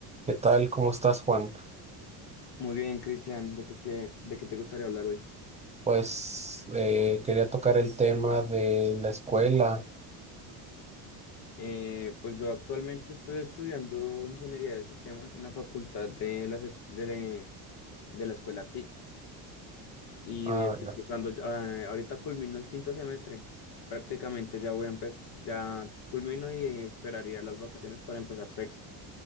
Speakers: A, on the right; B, on the left.
A: ¿Qué tal? ¿Cómo estás, Juan?
B: Muy bien, Cristian, ¿de qué, qué- de qué te gustaría hablar hoy?
A: Pues eh, quería tocar el tema de la escuela.
B: Eh, pues yo actualmente estoy estudiando ingeniería de sistemas en la facultad de, las, es- de, de la escuela TIC y
A: Ah,
B: hoy estoy
A: ya.
B: cursando, ya- eh, ahorita culmino el quinto semestre, prácticamente ya voy a empezar, ya culmino y esperaría las vacaciones para empezar sexto.